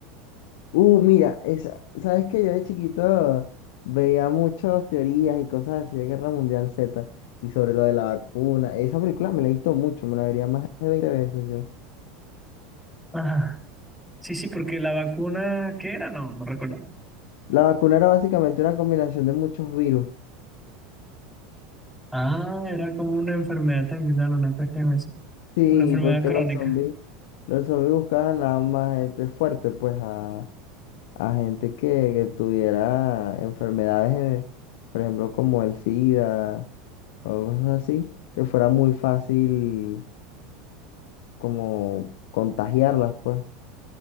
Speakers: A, on the left; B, in the centre.
A: Uh, mira, esa, ¿sabes que Yo de chiquito veía muchas teorías y cosas así de Guerra Mundial Z y sobre lo de la vacuna. Esa película me la he visto mucho, me la vería más de 20 veces yo.
B: Ajá. Sí, sí, porque la vacuna, ¿qué era? No, no recuerdo.
A: La vacuna era básicamente una combinación de muchos virus.
B: Ah, era como una enfermedad terminal, una cuestión así.
A: Sí,
B: Una enfermedad
A: porque
B: crónica.
A: los zombies, los zombies buscaban nada más gente fuerte, pues a, a gente que, que tuviera enfermedades, eh, por ejemplo, como el SIDA o cosas así, que fuera muy fácil como contagiarlas, pues.